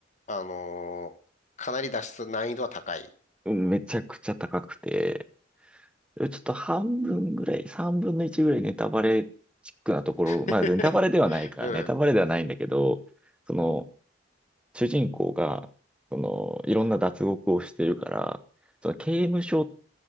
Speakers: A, on the left; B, in the centre.
A: あのーかなり脱出難易度は高い。
B: うんめちゃくちゃ高くて、ちょっと半分ぐらい、三分の一ぐらいネタバレチックなところ、まあネタバレではないから、
A: <laughs> うん。
B: ネタバレではないんだけど、その、主人公が、その、いろんな脱獄をしてるから、その刑務所